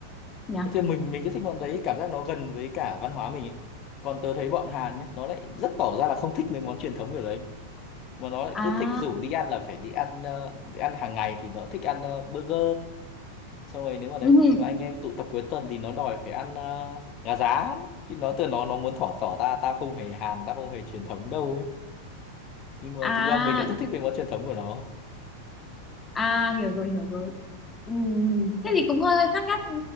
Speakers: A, on the left; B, on the left.
A: nhỉ
B: Thế thì mình mình rất thích bọn đấy cảm giác nó gần với cả văn hóa mình ấy. Còn tớ thấy bọn Hàn nhé nó lại rất tỏ ra là không thích mấy món truyền thống kiểu đấy mà nó lại
A: à
B: cứ thích rủ đi ăn là phải đi ăn ờ, đi ăn hàng ngày thì nó thích ăn ờ, burger xong rồi nếu mà đấy
A: ừ,
B: đi mà anh em tụ tập cuối tuần thì nó đòi phải ăn ờ, gà rán chứ nó từ nó nó muốn thỏ tỏ ta ta không hề Hàn ta không hề truyền thống đâu ấy. nhưng mà
A: à
B: thực ra mình đã rất thích mấy món truyền thống của nó
A: à hiểu rồi hiểu rồi Ừ. Thế thì cũng hơi hơi khác nhất